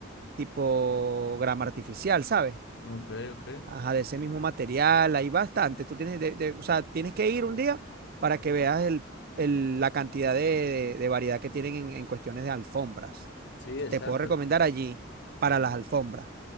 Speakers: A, on the right; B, on the left.
A: tipo grama artificial, ¿sabes?
B: Ok, ok.
A: Ajá, de ese mismo material, hay bastante. Tú tienes, de- de- o sea, tienes que ir un día para que veas el, el- la cantidad de, de- de variedad que tienen en en cuestiones de alfombras.
B: Sí, exacto.
A: Te puedo recomendar allí para las alfombras.